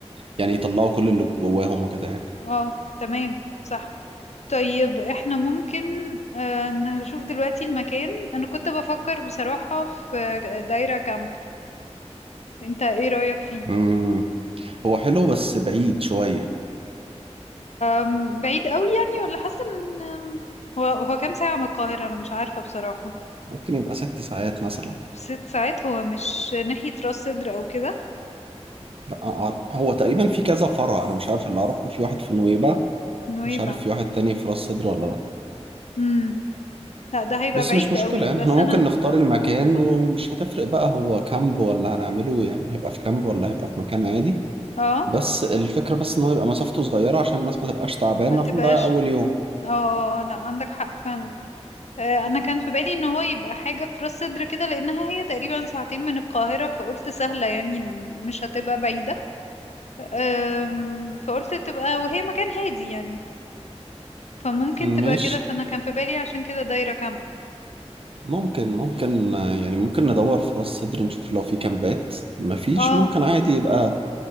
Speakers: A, on the right; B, on the left.
A: يعني يطلعوا كل اللي جواهم وكده يعني
B: اه تمام صح طيب احنا ممكن آه، نشوف دلوقتي المكان انا كنت بفكر بصراحة في دايرة كامب انت ايه رأيك فيه
A: مم. هو حلو بس بعيد شوية
B: أم، بعيد قوي يعني ولا حاسة ان أم، هو هو كام ساعة من القاهرة انا مش عارفة بصراحة
A: ممكن يبقى ست ساعات مثلا
B: ست ساعات هو مش ناحية راس سدر او كده
A: لا أع- هو تقريبا في كذا فرع انا مش عارف اللي اعرفه في واحد في نويبع
B: نويبع
A: مش عارف في واحد تاني في راس سدر ولا لا
B: امم لا ده هيبقى
A: بس
B: بعيد
A: مش مشكلة
B: قوي
A: يعني
B: بس
A: احنا ممكن
B: انا
A: نختار المكان ومش هتفرق بقى هو كامب ولا هنعمله يعني هيبقى في كامب ولا هيبقى في مكان عادي
B: اه
A: بس الفكرة بس ان هو يبقى مسافته صغيرة عشان الناس ما تبقاش تعبانة
B: ما تبقاش
A: فنضيع اول يوم
B: اه اه لا عندك حق فعلا آه، انا كان في بالي ان هو يبقى حاجة في راس صدر كده لانها هي تقريبا ساعتين من القاهرة فقلت سهلة يعني مش هتبقى بعيدة آم، فقلت تبقى وهي مكان هادي يعني فممكن تبقى
A: ماشي
B: كده فانا كان في بالي عشان كده دايرة كامب
A: ممكن ممكن آه، يعني ممكن ندور في راس سدر نشوف لو في كامبات مفيش
B: اه
A: ممكن عادي يبقى